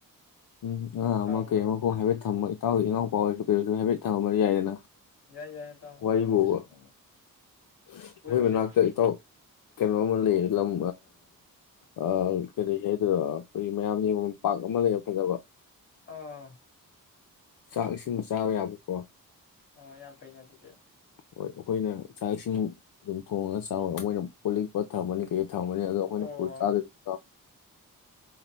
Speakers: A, on the left (about 70°); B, on the left (about 40°).
A: ꯎꯝ ꯑꯥ ꯑꯃ
B: ꯍꯣꯏ
A: ꯀꯩ ꯑꯃꯈꯥꯎ
B: ꯎꯝ
A: ꯍꯥꯏꯐꯦꯠ ꯊꯝꯕ ꯏꯇꯥꯎ ꯏꯅꯥꯎ ꯄꯥꯎꯁꯨ ꯀꯩꯁꯨ ꯍꯥꯏꯦꯐꯠ ꯊꯝꯃꯝꯃꯗꯤ ꯌꯥꯏꯗꯅ
B: ꯌꯥꯏ ꯌꯥꯏ ꯏꯇꯥꯎ ꯑꯗꯨꯃꯥꯏꯅ
A: ꯋꯥꯔꯤ
B: ꯇꯧꯁꯤ
A: ꯐꯥꯎꯕ ꯑꯩꯈꯣꯏ
B: ꯅꯣꯡꯃ ꯀꯣꯏꯔꯨꯁꯤ
A: ꯃꯅꯥꯛꯇ ꯏꯇꯥꯎ ꯀꯩꯅꯣ ꯑꯃ ꯂꯩ ꯂꯝ ꯑ ꯈꯔꯤ ꯍꯥꯏ꯭ꯔꯣ ꯑꯩꯈꯣꯏꯒꯤ ꯃꯌꯥꯝ ꯌꯦꯡ ꯄꯥꯛ ꯑꯃ ꯂꯩꯕ ꯐꯖꯕ
B: ꯑꯥ
A: ꯆꯥꯛ ꯏꯁꯤꯡ ꯆꯥꯕ ꯌꯥꯕꯀꯣ
B: ꯑꯣ ꯌꯥꯝ ꯐꯩꯅꯦ ꯑꯗꯨꯗꯤ
A: ꯍꯣꯏ ꯑꯩꯈꯣꯏꯅ ꯆꯥꯛ ꯏꯁꯤꯡ ꯑꯗꯨꯝ ꯊꯣꯡꯉꯒ ꯆꯥꯎꯋ ꯃꯣꯏꯅ ꯄꯣꯂꯤꯛꯄꯣ ꯊꯝꯃꯅꯤ ꯀꯩꯀꯩ ꯊꯝꯃꯅꯤ ꯑꯗꯣ ꯑꯩꯈꯣꯏꯅ
B: ꯑꯣ
A: ꯄꯨ ꯆꯥꯗꯕꯤꯗꯣ